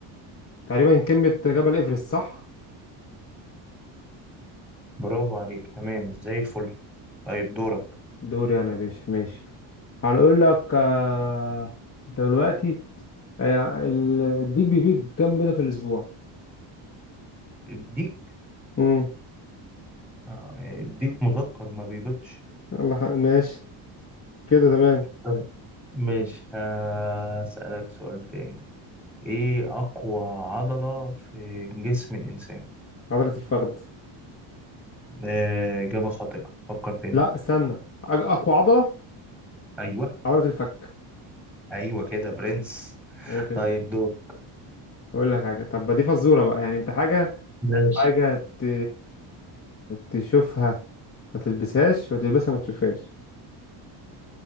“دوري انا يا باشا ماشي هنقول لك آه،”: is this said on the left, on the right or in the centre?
Left